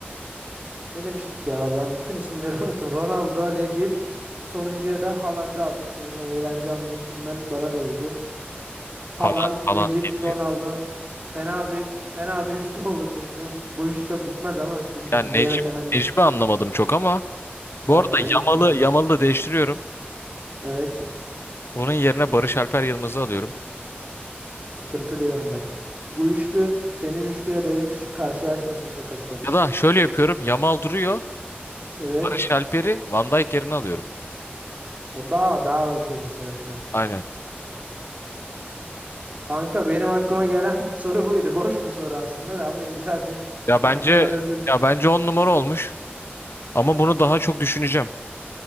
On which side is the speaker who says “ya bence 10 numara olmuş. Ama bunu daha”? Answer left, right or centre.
Left